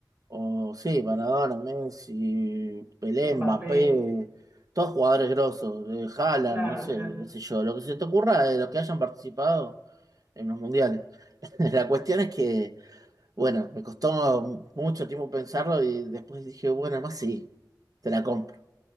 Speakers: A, on the right (about 50°); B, on the right (about 25°).
A: o sí, Maradona, Messi, Pelé, Mbappé,
B: Mbappé,
A: todos jugadores grosos, eh, Haaland,
B: claro,
A: no sé,
B: o sea,
A: qué sé yo, lo que se te ocurra de los que hayan participado en los mundiales. <laughs> La cuestión es que Bueno, me costó mucho tiempo pensarlo y después dije, bueno, más sí, te la compro.